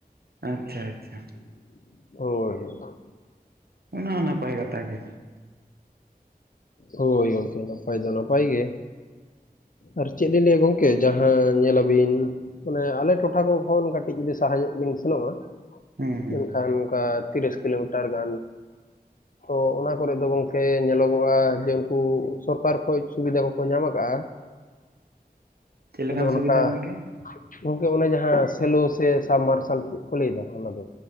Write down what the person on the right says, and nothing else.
ᱟᱪᱪᱷᱟ ᱟᱪᱪᱷᱟ
ᱚᱱᱟ ᱦᱚ ᱱᱟᱯᱟᱭ ᱠᱚᱛᱷᱟ ᱜᱮ
ᱦᱩᱸ ᱦᱩᱸ
ᱪᱮᱫ ᱞᱮᱠᱟᱱ
ᱥᱩᱵᱤᱫᱷᱟ
ᱜᱚᱝᱠᱮ?